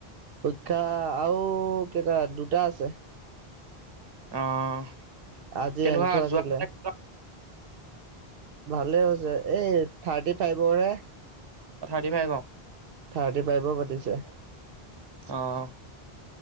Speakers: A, on the right (about 65°); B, on the right (about 25°).
A: পৰীক্ষা আৰু কেইটা দুটা আছে।
B: অ'
A: আজি
B: কেনেকুৱা
A: এন্ঠু আছিলে
B: যোৱবিলাক
A: ভালে হৈছে এই থাৰ্টি ফাইভৰ হে
B: অ' থাৰ্টি ফাইভ
A: থাৰ্টি ফাইভৰ পাতিছে।
B: অ'